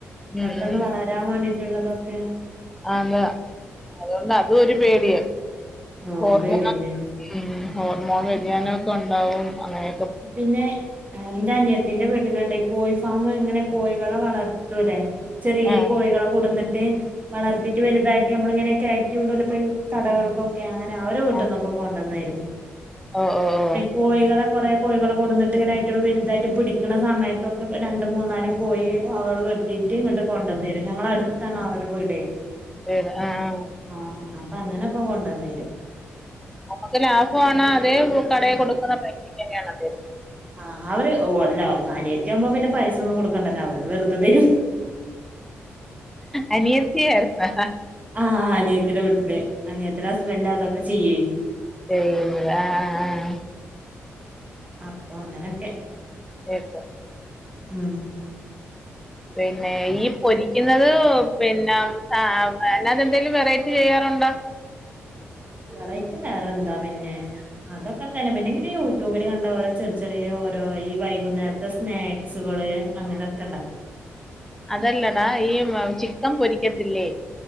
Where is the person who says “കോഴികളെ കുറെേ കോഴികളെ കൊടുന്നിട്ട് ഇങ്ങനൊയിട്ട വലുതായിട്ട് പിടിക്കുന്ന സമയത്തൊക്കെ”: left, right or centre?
Right